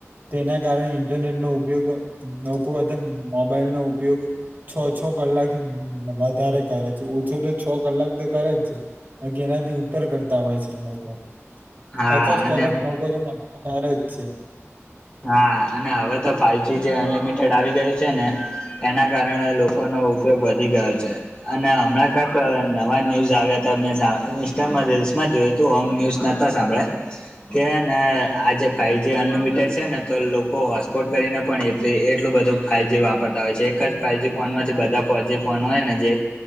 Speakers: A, on the right; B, on the left.
A: તેના કારણે ઇન્ટરનેટ નો ઉપયોગ લોકો અતાર મોબાઈલ નો ઉપયોગ છ છ કલાક થી વધારે કરે છે ઓછો તો છ કલાક તો કરે જ છે. બાકી એનાથી ઉપર કરતા હોય છે લોકો.
B: હા
A: પચાસ
B: અને
A: ટકા લોકો તો ક-ક-કરે જ છે.
B: હા અને હવે તો ફાઈવજી જે અનલિમિટેડ આવી ગયું છે ને એના કારણે લોકોનો ઉપયોગ વધી ગયો છે. અને હમણાં કાક નવા ન્યૂઝ આવ્યા તા સા મે ઇન્સ્ટામાં રીલ્સમાં જોયું. તો ઓમ ન્યૂઝ નતા સાંભળ્યા કે હેને આજે ફાઇવજી અનલિમિટેડ છે ને તો લોકો હોટસ્પોટ કરીને પણ એટલી એટલું બધું ફાઇવજી વાપરતા હોય છે એક જ ફાઇવ જી ફોનમાંથી બધા ફોન હોય ને જે